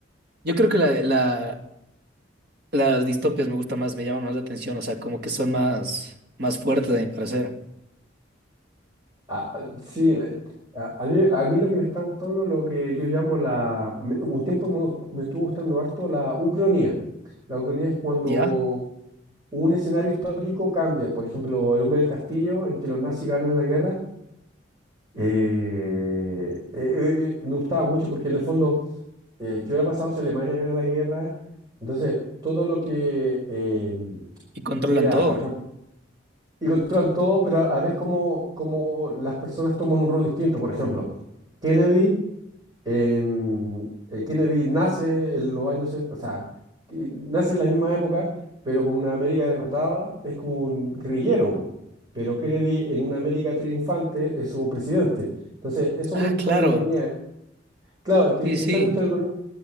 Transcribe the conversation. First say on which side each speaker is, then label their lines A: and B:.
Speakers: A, on the right; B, on the right.
A: Yo creo que la, la, las distopias me gustan más, me llaman más la atención, o sea, como que son más, más fuertes, a mi parecer.
B: Ah, ah, sí, eh, a, a mí, a mí lo que me está gustando, lo que yo llamo la... me- un tiempo me, me estuvo gustando harto la ucronía. La ucronía es cuando
A: Ya,
B: un escenario histórico cambia. Por ejemplo, El Hombre del Castillo, en que los nazis ganan la guerra. Eh, eh, eh, eh, me gustaba mucho porque en el fondo, eh, ¿qué hubiera pasado si Alemania gana la guerra? Entonces, todo lo que eh,
A: y controlan
B: era,
A: todo.
B: por ejemplo, y controlan todo, pero a, a vez como, como las personas toman un rol distinto. Por ejemplo, Kennedy, en- eh, Kennedy nace en los años, se- o sea, que nace en la misma época, pero con una América derrotada, es como un guerrillero. po. Pero Kennedy en una América triunfante es un presidente. Entonces, eso
A: Ah,
B: me gusta
A: claro.
B: de la ucraniana. Claro, que
A: Sí, sí.
B: eso me gusta de la